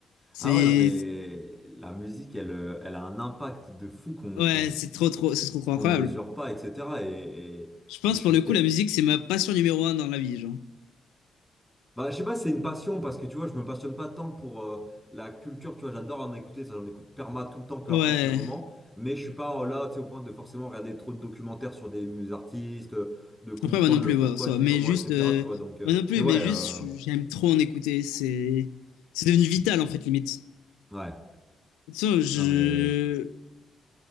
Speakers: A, on the left; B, in the centre.
A: C'est,
B: Ah ouais, non, mais la musique, elle, euh, elle a un impact de fou qu'on
A: ouais,
B: qu'on
A: c'est trop, trop, c'est trop, trop
B: qu'on
A: incroyable.
B: mesure pas, etc. Et, et,
A: Je pense,
B: et je suis
A: pour le
B: te-
A: coup, la musique, c'est ma passion numéro un dans la vie, genre.
B: Bah, je sais pas, si c'est une passion parce que tu vois, je me passionne pas tant pour euh, la culture, tu vois, j'adore en écouter, ça j'en écoute perma tout le temps, peu
A: Ouais.
B: importe le moment, mais je suis pas euh, là, tu sais, au point de forcément regarder trop de documentaires sur des mus- artistes, euh, de comprendre
A: Après, moi non
B: le
A: plus,
B: pourquoi,
A: ouais, en soi.
B: du
A: Mais
B: comment,
A: juste,
B: etc.
A: euh,
B: Tu vois, donc, euh,
A: moi non plus,
B: mais ouais,
A: mais
B: euh,
A: juste, je- j'aime trop en écouter. C'est, c'est devenu vital, en fait, limite.
B: ouais,
A: De toute façon, je,
B: non mais. euh,